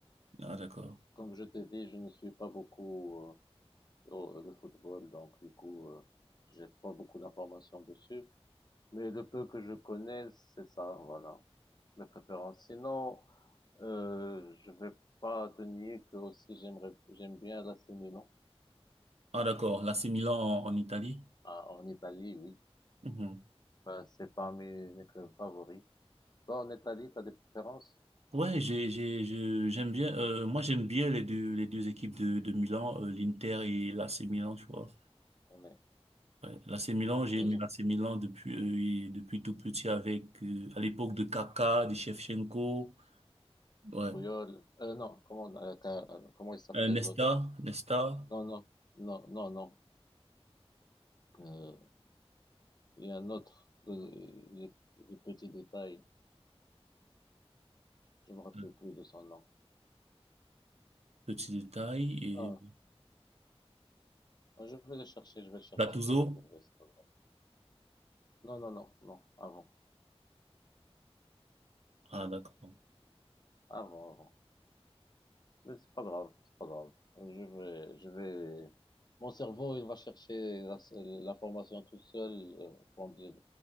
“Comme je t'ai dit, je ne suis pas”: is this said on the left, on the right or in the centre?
Left